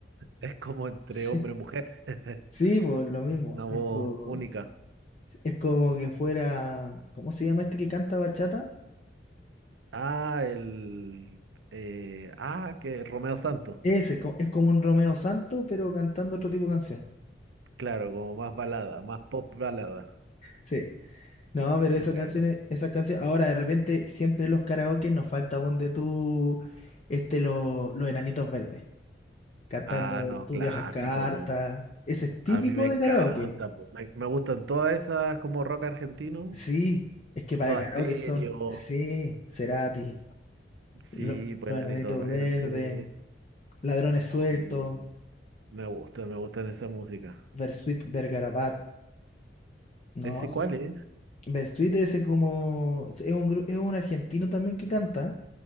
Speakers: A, on the right; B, on the left.
A: Es como entre
B: Sí.
A: hombre
B: Sí.
A: y mujer. <laughs>
B: Sí, pues lo mismo.
A: Una voz
B: Es como,
A: única.
B: es como que fuera, ¿cómo se llama este que canta bachata?
A: Ah, el. eh, ah, que Romeo Santos.
B: Ese, co- es como un Romeo Santo, pero cantando otro tipo de canción.
A: Claro, como más balada, más pop balada.
B: Sí. No, pero
A: Sí,
B: esas
A: bueno.
B: canciones, esas canciones, ahora de repente siempre en los karaoke nos falta ponte tú, este, lo- los enanitos verdes, cantando
A: Ah, no,
B: Tú
A: clásico,
B: viajas carta.
A: po.
B: Ese es típico
A: A mí me
B: de
A: encanta,
B: Ah, karaoke.
A: po. Me, me gustan todas esas como rock argentino.
B: Sí, es que
A: Soda
B: para el karaoke
A: Stereo.
B: son, sí, Cerati,
A: Sí,
B: lo-
A: pues
B: los
A: Enanitos
B: Enanitos
A: Verdes.
B: Verdes, Ladrones Sueltos,
A: eh, me gusta, me gustan esa música.
B: Bersuit Vergarabat, no,
A: ¿Ese
B: son-
A: cuál es?
B: Bersuit ese como, es un, gru- es un argentino también que canta,